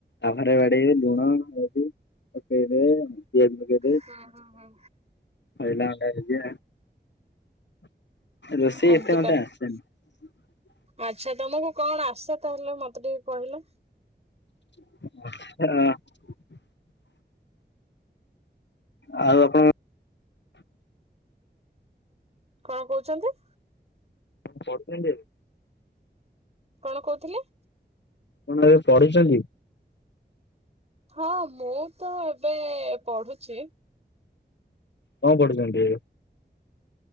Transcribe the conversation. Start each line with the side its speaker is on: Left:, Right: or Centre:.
Left: ଆଭାରେ ବାଡେଇବେ ଲୁଣ ପିଲମଙ୍କା ପଇିଲ
Right: ହୁଁ ହୁଁ ହୁଁ।
Left: ଭଣ୍ଡ ହେ ରୋଷେଇ
Right: ଏମତି
Left: ଏତେ ମତେ
Right: କର
Left: ଆସିନ ହଁ
Right: ଆଚ୍ଛା ତମକୁ କଣ ଆସେ ତାହେଲେ ମତେ ଟିକେ କହିଲେ
Left: ହ ଆଉ ଆପଣ
Right: କଣ କହୁଛନ୍ତି
Left: ପତଣ୍ଡ
Right: କଣ କହୁଥିଲେ
Left: କଣ ଏବେ ପଢିଛନ୍ତି
Right: ହଁ ମୁଁ ତ ଏବେ ପଢୁଛି
Left: ହଁ ପଡ଼ଦଣ୍ଡ